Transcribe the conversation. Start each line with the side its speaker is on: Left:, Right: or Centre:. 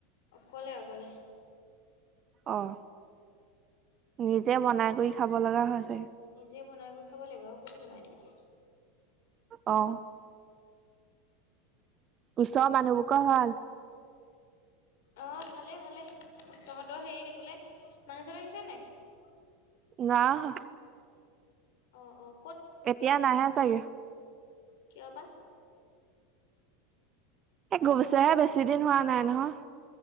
Left: অকলে অকলে
Right: অঁ! নিজে বনাই কৰি খাব লগা হয়। চাগে
Left: নিজে বনাই কৰি খাব লাগিব আৰু কোনে বনাই দিব?
Right: অঁ! ওচৰৰ মানুহবিলাকৰ ভাল!
Left: অঁ! ভালে ভালে! তহঁতৰ হেৰি কি বোলে, মানুহজন আহিছে নে নাই?
Right: নাই অহা।
Left: অঁ অঁ!
Right: এতিয়া নাহে চাগে!
Left: কিয় বা?
Right: এই গৈছেহে বেছি দিন হোৱা নাই নহয়!